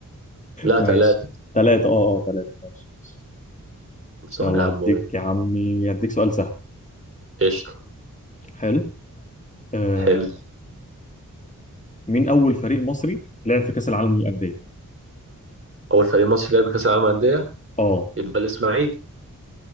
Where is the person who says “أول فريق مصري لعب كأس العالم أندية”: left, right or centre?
Right